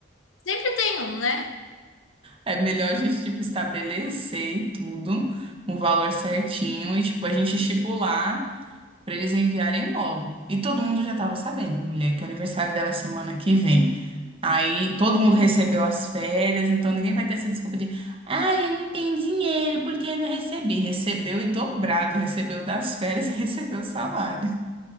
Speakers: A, on the left (about 75°); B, on the right (about 25°).
A: Sempre tem um, né?
B: É melhor a gente, tipo, estabelecer tudo, um valor certinho e, tipo, a gente estipular pra eles enviarem logo. E todo mundo já tava sabendo, mulher, que o aniversário dela é semana que vem. Aí todo mundo recebeu as férias, então ninguém vai ter essa desculpa de, ah, eu não tenho dinheiro porque eu não recebi. Recebeu e dobrado, recebeu das férias e <laughs> recebeu o salário.